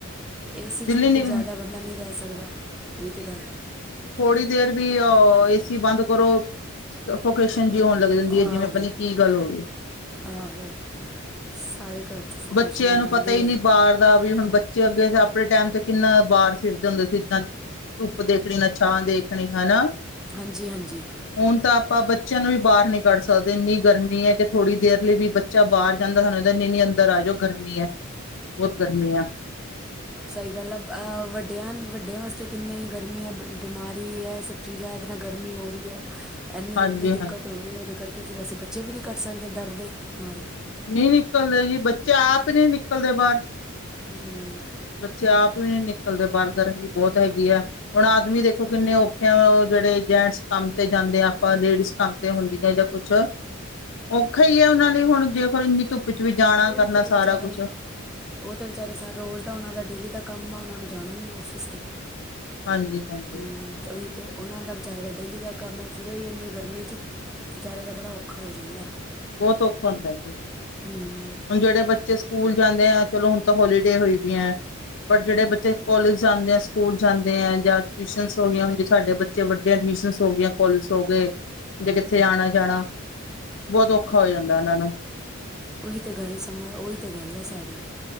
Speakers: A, in the centre; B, on the left (about 60°).
A: ਏਸੀ ਵਿੱਚ
B: ਦਿੱਲੀ
A: ਵੀ
B: ਨੀ
A: ਕੋਈ ਜਾਦਾ ਬੰਦਾ ਨਈ ਰਹ ਸਕਦਾ ਉਹੀ ਤਾ ਗੱਲ
B: ਥੋੜੀ ਦੇਰ ਵੀ ਏਸੀ ਬੰਦ ਕਰੋ ਸਬੋ ਨ ਜੀ ਹੋਣ ਲੱਗ ਜਾਂਦੀ ਹੈ
A: ਆਹੋ
B: ਜਿਵੇ ਪਤਾ ਨੀ ਕੀ ਗੱਲ ਹੋਗੀ ਏ।
A: ਆਹੋ ਸਾਰੇ ਘਰ 'ਚ ਫੋਕੇਸ਼ਨ
B: ਬੱਚਿਆਂ
A: ਹੋ
B: ਨੂੰ
A: ਜਾਂਦੀ
B: ਪਤਾ ਹੀ
A: ਹੈ
B: ਨੀ ਬਾਰ ਦਾ ਵੀ ਹੁਣ ਬ ਬੱਚੇ ਅੱਗੇ ਆਪਣੇ ਟਾਈਮ ਤੇ ਕਿੰਨਾ ਬਾਰ ਫਿਰਦੇ ਹੁੰਦੇ ਸੀ ਇਦਾ ਧੁੱਪ ਦੇਖਣੀ ਨਾ ਛਾਂ ਦੇਖਣੀ ਹਨਾ।
A: ਹਾਂਜੀ-ਹਾਂਜੀ,
B: ਹੁਣ ਤਾ ਆਪਾ ਬੱ ਬੱਚਿਆ ਨੂੰ ਵੀ ਬਾਰ ਨੀ ਕੱਢ ਸਕਦੇ ਇੰਨੀ ਗਰਮੀ ਹੈ ਕਿ ਥੋੜੀ ਦੇਰ ਲਈ ਵੀ ਬੱਚਾ ਬਾਹਰ ਜਾਂਦਾ ਸਾਨੂੰ ਨੀ-ਨੀ ਅੰਦਰ ਆ ਜੋ। ਗਰਮੀ ਹੈ, ਬਹੁਤ ਗਰਮੀ ਆ।
A: ਸਹੀ ਗੱਲ ਆ ਵੱਡਿਆ, ਵੱਡਿਆਂ ਵਾਸਤੇ ਕਿੰਨੀ ਗਰਮੀ ਹੈ ਬਿਮਾਰੀ ਹੈ। ਚੀਜ਼ ਹੈ ਇਹਦੇ ਨਾਲ ਗਰਮੀ ਹੋ ਰਹੀ ਹੈ। ਇੰਨੀ
B: ਹਾਂਜੀ
A: ਉਨੀ ਦਿੱਕਤ
B: ਹਾਂਜੀ
A: ਹੋਵੇ ਉਹਦੇ ਕਰਕੇ ਫਿਰ ਅਸੀ ਬੱਚਿਆਂ ਨੂੰ ਵੀ ਨੀ ਕੱਢ ਸਕਦੇ ਡਰਦੇ ਮਾਰੇ।
B: ਨੀ ਨਿਕਲਦੇ ਜੀ ਬੱਚੇ ਆਪ ਹੀ ਨੀ ਨਿਕਲਦੇ ਬਾਰ।
A: ਹਮ,
B: ਬੱਚੇ ਆਪ ਵੀ ਨੀ ਨਿਕਲਦੇ ਬਾਰ ਗਰਮੀ ਬੌਤ ਹੈਗੀ ਹੈ। ਹੁਣ ਆਦਮੀ ਦੇਖੋ ਕਿੰਨੇ ਔਖੇ ਆ ਉਹ ਜਿਹੜੇ ਜੈਂਟਸ ਕੰਮ ਤੇ ਜਾਂਦੇ ਆ ਆਪਾ ਲੇਡੀਜ਼ ਕੰਮ ਤੇ ਹੁੰਦੀਆਂ ਜਾਂ ਕੁੱਛ। ਔਖਾ ਹੀ ਹੈ ਉਹਨਾ ਲਈ ਹੁਣ ਜੇਖ ਇੰਨੀ ਧੁੱਪ ਚ ਵੀ ਜਾਣਾ
A: ਉਹੀ
B: ਕਰਨਾ
A: ਤੇ ਵਿਚਾਰੇ
B: ਸਾਰਾ ਕੁਛ।
A: ਉਹ ਤੇ ਵਿਚਾਰੇ ਸਰ ਰੋਜ਼ ਦਾ ਉਹਨਾਂ ਦਾ ਡੇਲੀ ਦਾ ਕੰਮ ਆ ਉਹਨਾ ਨੂੰ ਜਾਣਾ ਹੀ ਆ ਆਫਿਸ ਤੇ।
B: ਹਾਂਜੀ-ਹਾਂਜੀ
A: ਹਮ, ਉਹੀ ਤੇ ਉਹਨਾ ਦਾ ਬਚਾਰੇ ਦਾ ਡੇਲੀ ਦਾ ਕੰਮ ਹੈੈਂ ਫਿਰ ਹੋ ਹਨੀ ਗਰਮੀ ਚ ਵਿਚਾਰੇ ਦਾ ਬੜਾ ਔਖਾ ਹੋ ਜਾਂਦਾ।
B: ਬੋਹਤ ਔਖਾ ਹੁੰਦਾ ਬਈ।
A: ਹਮ,
B: ਹੁਣ ਜਿਹੜੇ ਬੱਚੇ ਸਕੂਲ ਜਾਂਦੇ ਆ ਚਲੋ ਹੁਣ ਤਾਂ ਹੋਲੀਡੇ ਹੋਈ ਦੀਐ। ਪਰ ਜਿਹੜੇ ਬੱਚੇ ਕੋਲਜ ਜਾਂਦੇ ਆ ਸਕੂਲ ਜਾਂਦੇ ਆ ਜਾਂ ਟਿਊਸ਼ਨਸ ਹੋ ਗਈ ਹੁਣ ਸਾਡੇ ਬਚ ਬੱਚੇ ਵੱਡੇ ਟਿਊਸ਼ਨ ਹੋ ਗਈਆ ਹੋ ਗਇਆ ਕੋਲਜ ਹੋ ਗਏ ਜੇ ਕਿੱਥੇ ਆਉਣਾ ਜਾਣਾ ਬਹੁਤ ਔਖਾ ਹੋ ਜਾਂਦਾ ਉਹਨਾ ਨੂੰ।
A: ਉਹੀ ਤਾਂ ਗੱਲ ਸਮਝ ਉਹੀ ਤਾਂ ਗੱਲ ਹੈ ਸਾਰੀ।